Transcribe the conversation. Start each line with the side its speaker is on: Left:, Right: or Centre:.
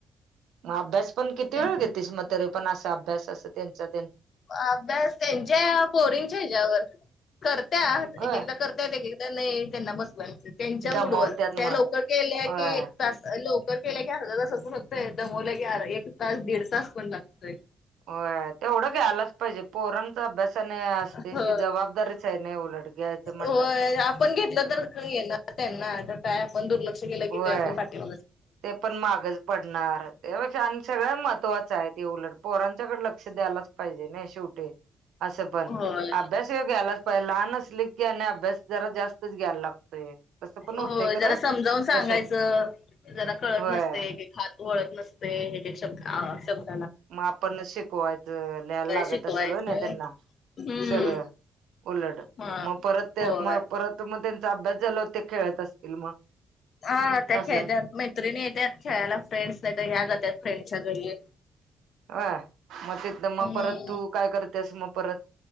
Right: मग अभ्यास पण किती
Left: त्यांच
Right: वेळ घेतीस मग तरी पण असा अभ्यास अस त्यांचा त्यां
Left: अभ्यास त्यांच्या पोरींच्या ह्याच्यावर करत्या
Right: होय
Left: एक एकदा करतात एक नाही त्यांना बसवा लागते त्यांच्या
Right: दमवत्यात
Left: मुडवर त्या
Right: मग
Left: लवकर गेल्या
Right: होय
Left: की तास लवकर केल्या की अर्धा तास पण होतय दमवल की अ एक तास दीड तास पण लागतोय
Right: होय तेवढ घ्यायलाच पाहिजे पोरणचा अभ्यास नाही असतेस
Left: हो
Right: की जबाबदारीच आहे नाही उलट घ्यायच म्ह
Left: हो आपण घेतल तर येणार त्यांना तर काय आपण दुर्लक्ष केल
Right: व्हय.
Left: की ते आपण पाठव
Right: ते पण मागच पडणार त्यापेक्षा आणि सगळ्या महत्त्वाच आहेत ते उलट पोरांच्याकडे लक्ष द्यायलाच पाहिजे नाही शेवटी अस पण
Left: होय
Right: अभ्यास घ्यायलाच पाहिजे लहान असले की आणि अभ्यास जरा जास्तच घ्यायला लागतोय तसं पण होतंय
Left: हो
Right: खरं
Left: जरा समजावुन सांगायच
Right: तसं
Left: जरा कळत
Right: होय
Left: नसते एक हात वळत नसते हे एक शब्द शब्द
Right: मग आपणच शिकवायच लिहाला लागत
Left: शिकवायचं
Right: असेल होय ना त्यांना
Left: हम्म
Right: सगळ उलट
Left: हा
Right: मग परत त्या
Left: होय
Right: मग परत तर मग त्यांचा अभ्यास झाला वर ते खेळत असतील मग
Left: हा त्या
Right: असं
Left: खेळतात मैत्रिणी येतात खेळायला फ्रेंड्स नाही तर ह्या जातात फ्रेंडच्या घरी
Right: ह मग तिथं मग
Left: हम्म
Right: परत तु काय करतेस मग परत